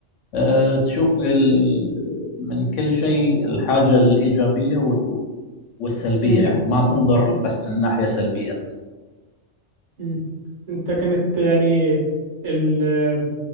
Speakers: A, on the left; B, on the right.
A: آه، تشوف ال- ال- من كل شيء الحاجة الإيجابية و- والسلبية
B: امم
A: يعني ما تنظر
B: أمم،
A: بس من ناحية سلبية بس
B: أمم. انت كانت يعني ال-